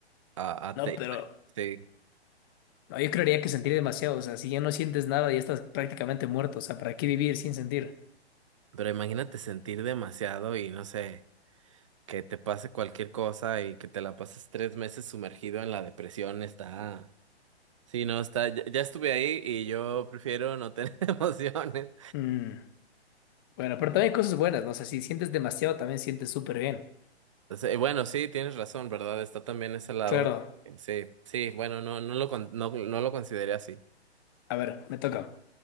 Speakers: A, on the right; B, on the left.
A: A, a
B: No,
A: te-
B: pero
A: bueno, sí.
B: no, yo creería que sentir demasiado. O sea, si ya no sientes nada, ya estás prácticamente muerto. O sea, ¿para qué vivir sin sentir?
A: Pero imagínate sentir demasiado y no sé, que te pase cualquier cosa y que te la pases tres meses sumergido en la depresión, está... Sí, no, está... Ya, ya estuve ahí y yo prefiero no tener <laughs> emociones.
B: Mm, Bueno, pero también hay cosas buenas, ¿no? O sea, si sientes demasiado, también sientes súper bien.
A: Entonces, eh, bueno, sí, tienes razón, ¿verdad? Está también ese lado.
B: Claro.
A: eh, Sí, sí, bueno, no, no lo, con- no, no lo consideré así.
B: A ver, me toca.